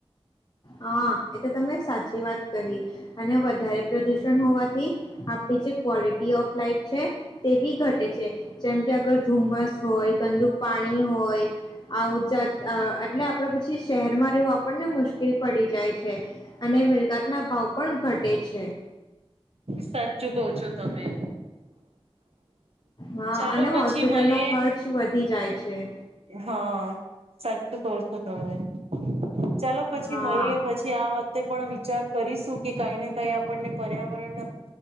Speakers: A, on the left (about 45°); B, on the right (about 80°).
A: હા. એ તો તમે સાચી વાત કહી. અને વધારે પ્રદુષણ હોવાથી આપડી જે ક્વોલિટી ઓફ લાઈફ છે તે બી ઘટે છે. જેમ કે અગર ધુમ્મસ હોય, ગંદુ પાણી હોય, આવજાત અહ એટલે આપડે પછી શહેરમાં રહેવું આપણને મુશ્કેલ કીલ પડી જાય છે, અને મિલકત ના ભાવ પણ ઘટે છે.
B: સાચું કહો છો તમે.
A: હા
B: ચાલો
A: અને
B: પછી
A: હોસ્પિટલ
B: મળીએ
A: નો ખર્ચ વધી જાય છે.
B: હા, સાચું કહો છો તમે. ચાલો પછી
A: હા,
B: મલીએ. પછી આ વાત તે પણ વિચાર કરીશું કે કાંઈ ને કાઈ આપણને પર્યાવરણના